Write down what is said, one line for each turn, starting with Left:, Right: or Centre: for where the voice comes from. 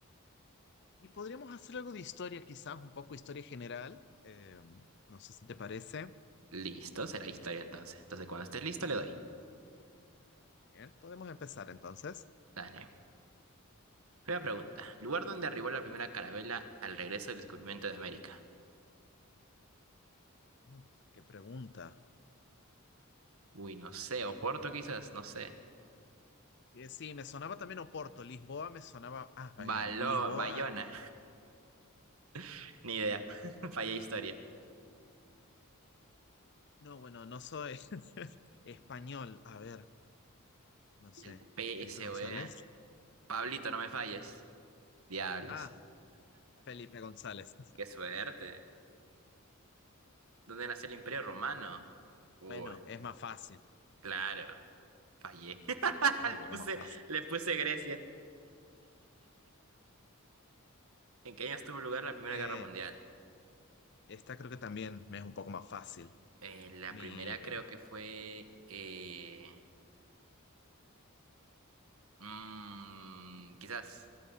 Left: Y podríamos hacer algo de historia, quizás, un poco historia general. Eh, no sé si te parece.
Right: Listo, será historia entonces. Entonces, cuando estés listo, le doy.
Left: Bien, podemos empezar entonces.
Right: Dale. Primera pregunta. ¿Lugar donde arribó la primera carabela al regreso del descubrimiento de América?
Left: Mm, Qué pregunta.
Right: Uy, no sé, Oporto quizás, no sé.
Left: Eh, sí, me sonaba también Oporto. Lisboa me sonaba. Ah, Bayona.
Right: Baló,
Left: Lisboa.
Right: Bayona, <laughs> ni idea. <laughs> Fallé historia.
Left: No, bueno, no soy <laughs> español. A ver, no sé.
Right: El PSOE.
Left: Felipe González.
Right: Pablito, no me falles. Diablos.
Left: Ah, Felipe González.
Right: Qué suerte. ¿Dónde nació el Imperio Romano? Uy,
Left: Bueno, es más fácil,
Right: claro, fallé. <laughs>
Left: era un poco
Right: Le puse,
Left: más fácil.
Right: le puse Grecia. ¿En qué años tuvo lugar la Primera
Left: Eh,
Right: Guerra Mundial?
Left: esta creo que también me es un poco más fácil.
Right: Eh, la
Left: Mi,
Right: primera
Left: la
Right: creo que fue... Eh, mm, quizás